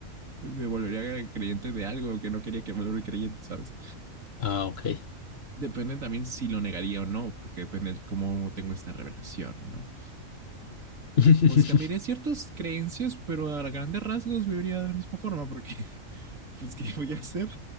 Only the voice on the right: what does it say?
me volvería creyente de algo que no quería que me volviera creyente, ¿sabes?
Depende también si lo negaría o no, porque depende de cómo tengo esta revelación, ¿no?
Pues cambiaría ciertas creencias, pero a grandes rasgos viviría de la misma forma, porque pues, ¿qué voy a hacer?